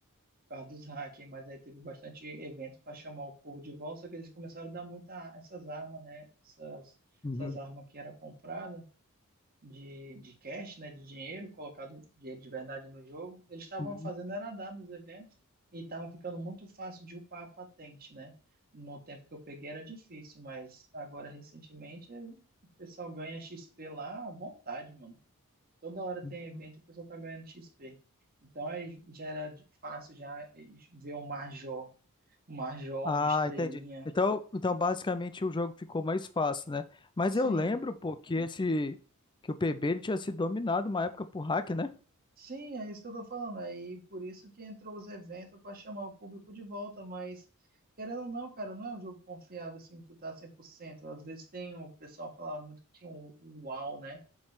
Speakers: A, on the right; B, on the left.
A: por causa dos hackers, mas aí teve bastante evento para chamar o povo de volta, só que eles começaram a dar muita essas armas, né? Essas,
B: Uhum.
A: essas armas que eram compradas de, de cash, né, de dinheiro, colocado dinheiro de verdade no jogo, eles estavam
B: Uhum.
A: fazendo era dar nos eventos e estava ficando muito fácil de upar a patente, né? No tempo que eu peguei era difícil, mas agora recentemente o pessoal ganha XP lá à vontade, mano. Toda hora tem
B: Uhum.
A: evento e o pessoal tá ganhando XP. Então aí já era de- fácil já ver um Marjol, um Marjol,
B: Ah,
A: um Estrelinha.
B: entendi. Então, então basicamente o jogo ficou mais fácil, né? Mas
A: Sim,
B: eu lembro, pô, que esse que o PB ele tinha sido dominado uma época por hack, né?
A: Sim, é isso que eu tô falando. Aí por isso que entrou os eventos para chamar o público de volta, mas querendo ou não, cara, não é um jogo confiável assim, que tu tá cem por cento Às vezes tem o pessoal falava muito que tinha o o UAU, né?